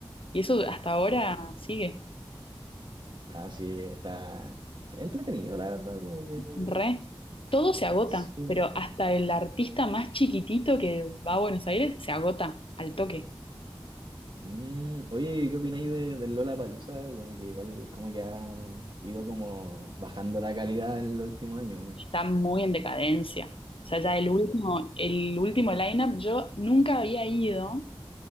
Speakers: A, on the left; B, on the right.
A: Y eso hasta ahora sigue,
B: Ah, sí, está entretenido, la verdad, como que
A: re. Todo se agota,
B: sí.
A: pero hasta el artista más chiquitito que va a Buenos Aires se agota al toque.
B: Mm, oye, ¿qué opináis de, del Lollapalooza? Como que igual, como que ha ido como bajando la calidad en los últimos años,
A: Está muy en decadencia. O sea, ya el último, el último lineup yo nunca había ido.